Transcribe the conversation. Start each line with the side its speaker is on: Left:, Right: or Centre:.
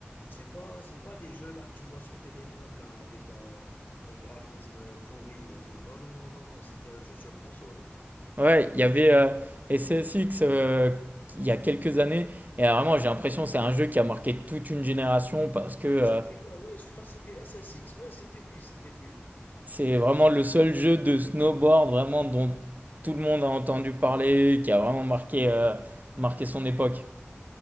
Left: C'est pas c'est pas les jeux là que tu vois sur téléphone là avec un un graphisme, pourri et tout. Non, non, non, non, non, c'était un jeu sur console, hein.
Right: Ouais, il y avait euh, SSX euh, il y a quelques années, et euh, vraiment j'ai l'impression que c'est un jeu qui a marqué toute une génération parce
Left: C'était
Right: que euh,
Left: c'était quoi? Ouais, je crois que c'était SSX. Ouais, c'était lui, c'était lui.
Right: c'est vraiment le seul jeu de snowboard vraiment dont tout le monde a entendu parler, qui a vraiment marqué, euh, marqué son époque.